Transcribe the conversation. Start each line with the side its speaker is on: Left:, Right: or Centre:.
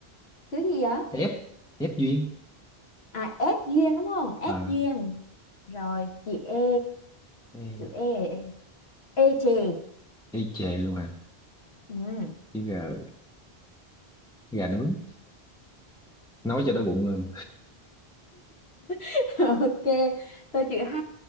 Left: chữ gì vậy
Centre: ép ép duyên
Left: à ép duyên đúng không ép
Centre: à,
Left: duyên rồi chị e
Centre: e,
Left: chữ e e chè
Centre: e chề luôn hả
Left: ừ.
Centre: chữ g à, gà nướng nói cho đói bụng luôn
Left: <laughs> ok tôi chữ h